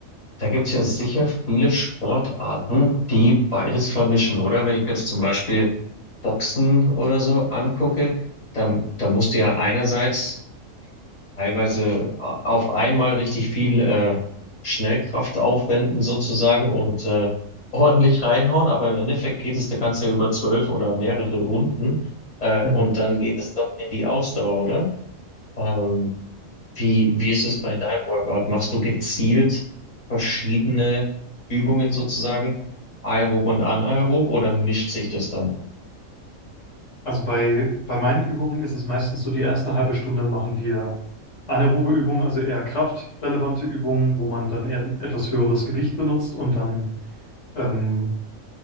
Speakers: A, on the left (about 30°); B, on the left (about 65°).
A: da gibt's ja sicher viele Sportarten, die beides vermischen, oder? Wenn ich mir jetzt zum Beispiel Boxen oder so angucke, da, da musst du ja einerseits teilweise a- auf einmal richtig viel äh, Schnellkraft aufwenden sozusagen und äh, <laughs> ordentlich reinhauen, aber im Endeffekt geht es eine ganze über zwölf oder mehrere Runden äh,
B: Mhm.
A: und dann geht es doch in die Ausdauer, oder? Ähm, wie, wie ist es bei deinem Workout? Machst du gezielt verschiedene Übungen sozusagen, aerob und anaerob, oder mischt sich das dann?
B: Also bei, bei meinen Übungen ist es meistens so, die erste halbe Stunde machen wir anaerobe Übungen, also eher kraftrelevante Übungen, wo man dann eher etwas höheres Gewicht benutzt und dann ähm,